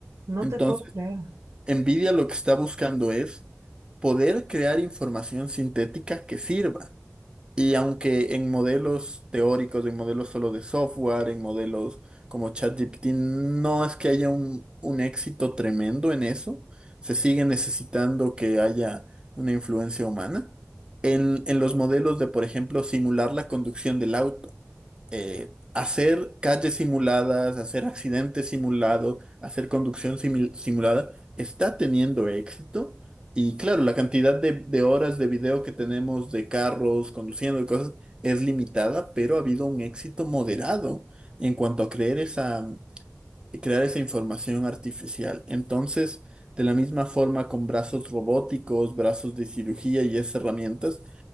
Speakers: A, on the right (about 80°); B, on the right (about 20°).
A: No
B: Entonces,
A: te puedo creer.
B: NVIDIA lo que está buscando es poder crear información sintética que sirva. Y aunque en modelos teóricos, en modelos solo de software, en modelos como ChatGPT, no es que haya un, un éxito tremendo en eso, se sigue necesitando que haya una influencia humana. En, en los modelos de, por ejemplo, simular la conducción del auto, eh, hacer calles simuladas, hacer accidentes simulados, hacer conducción simil- simulada, está teniendo éxito y claro, la cantidad de, de horas de video que tenemos de carros, conduciendo y cosas es limitada, pero ha habido un éxito moderado en cuanto a crear esa, crear esa información artificial. Entonces, de la misma forma con brazos robóticos, brazos de cirugía y esas herramientas,